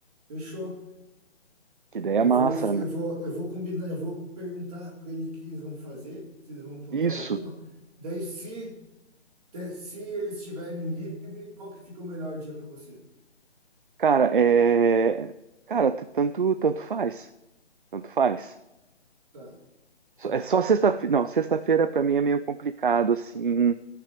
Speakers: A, on the right; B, on the right.
A: Fechou.
B: que daí
A: Eu
B: é massa,
A: vou,
B: né?
A: eu vou, eu vou combinar, eu vou perguntar com eles o que eles vão fazer, se eles vão apontar
B: Isso,
A: alguma. Daí, se, de- se eles estiverem livre, qual que fica o melhor dia para você?
B: cara, é, cara, t- tanto, tanto faz, tanto faz.
A: Tá,
B: Só-
A: tá
B: É
A: bom.
B: só sexta-feira, não, sexta-feira pra mim é meio complicado, assim,